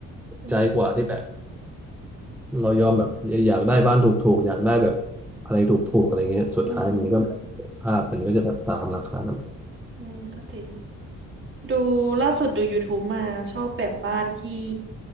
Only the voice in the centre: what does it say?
ใจกว่าที่แบบ เรายอมแบบอยากได้บ้านถูกๆอยากได้แบบอะไรถูกๆอะไรเงี้ยสุดท้ายมันก็แบบภาพมันก็จะแบบตามราคานั้น